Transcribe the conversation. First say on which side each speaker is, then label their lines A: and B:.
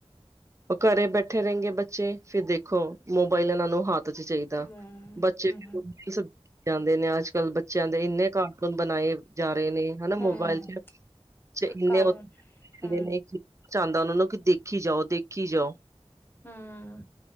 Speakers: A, on the right; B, on the left.
A: ਉਹ ਘਰੇ ਬੈਠੇ ਰਹਿੰਗੇ ਬੱਚੇ। ਫਿਰ ਦੇਖੋ, ਮੋਬਾਇਲ ਇਹਨਾਂ ਨੂੰ ਹੱਥ ਰਕ ਚ ਚਾਹੀਦਾ।
B: ਹਮ
A: ਬੱਚੇ
B: ਹਮ ਹਮ
A: ਸ ਜਾਂਦੇ ਨੇ ਅੱਜ ਕੱਲ੍ਹ ਬੱਚਿਆਂ ਦੇ ਇੰਨੇ ਕ ਬਣਾਏ। ਜਾ ਰਹੇ ਨੇ ਹਨਾ।
B: ਹਮ
A: ਮੋਬਾਇਲ ਚ ਇੰਨੇਦੇ
B: ਕਾ
A: ਨੇ ਹਾਂਜੀ
B: ਹਮ
A: ਐਵੇਂ ਹੀ ਹੁੰਦਾ। ਚਾਹਦਾ ਉਹਨਾਂ ਨੂੰ ਕਿ ਦੇਖੀ ਜਾਓ, ਦੇਖੀ ਜਾਓ।
B: ਹਮ।